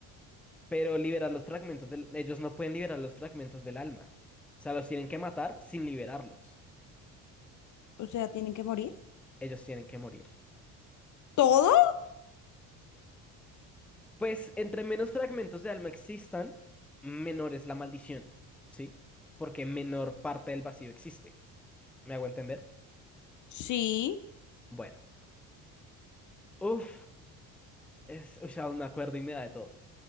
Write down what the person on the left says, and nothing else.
o sea, ¿tienen que morir?
¿Todos?
Sí.